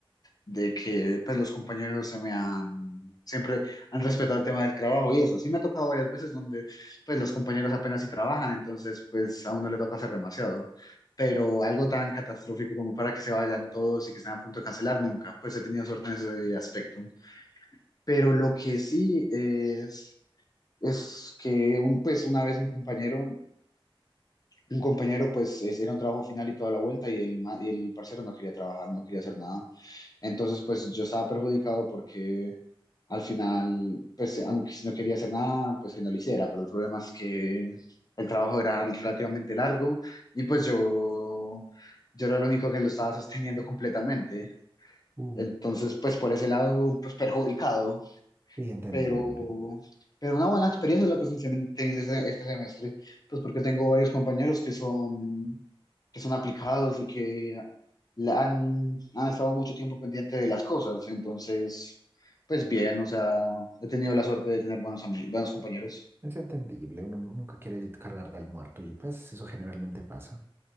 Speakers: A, on the left; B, on the right.
A: de que pues los compañeros se me han, siempre han respetado el tema del trabajo y eso. Sí me ha tocado varias veces donde pues los compañeros apenas si trabajan, entonces pues a uno le toca hacer demasiado. Pero algo tan catastrófico como para que se vayan todos y que estén a punto de cancelar, nunca. Pues he tenido suerte en ese aspecto. Pero lo que sí es, es que un, pues una vez un compañero... Un compañero, pues, es- era un trabajo final y toda la vuelta, y el, ma- y el parcero no quería trabajar, no quería hacer nada. Entonces, pues yo estaba perjudicado porque al final, pues aunque si no quería hacer nada, pues que no lo hiciera, pero el problema es que el trabajo era relativamente largo y pues yo, yo era el único que lo estaba sosteniendo completamente.
B: Uh,
A: Entonces, pues por ese lado, pues perjudicado
B: sí, entendible.
A: pero, pero una buena experiencia es lo que estoy teni- teniendo este, este semestre, pues porque tengo varios compañeros que son, que son aplicados y que la han, han estado mucho tiempo pendiente de las cosas, entonces, pues bien, o sea, he tenido la suerte de tener buenos, ami- buenos compañeros.
B: Es entendible, uno nunca quiere cargar al muerto y pues eso generalmente pasa.